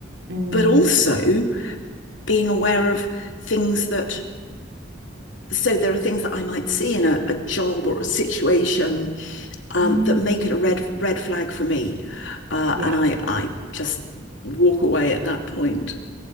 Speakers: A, on the right; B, on the left.
A: mm.
B: but also being aware of things that. So there are things that I might see in a, a job or a situation um,
A: Mm.
B: that make it a red red flag for me. Uh,
A: yeah
B: and I I just walk away at that point.